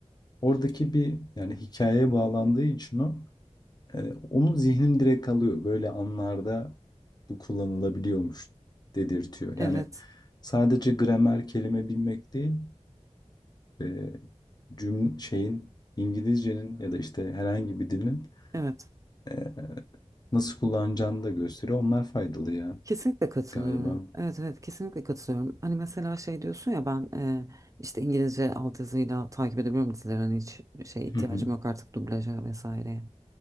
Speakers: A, on the left; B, on the right.
A: Oradaki bir yani hikayeye bağlandığı için o Ee, onu zihnim direkt alıyor. Böyle anlarda bu kullanılabiliyormuş dedirtiyor. Yani
B: Evet,
A: sadece gramer kelime bilmek değil, e, cüm şeyin İngilizcenin ya da işte herhangi bir dilin
B: evet.
A: e, nasıl kullanacağını da gösteriyor. Onlar faydalı ya
B: Kesinlikle katılıyorum.
A: galiba.
B: Evet, evet, kesinlikle katılıyorum. Hani mesela şey diyorsun ya ben e, işte İngilizce altyazıyla takip edebiliyorum dizileri. Hani hiç şey ihtiyacım
A: Hı hı,
B: yok artık dublaja vesaire.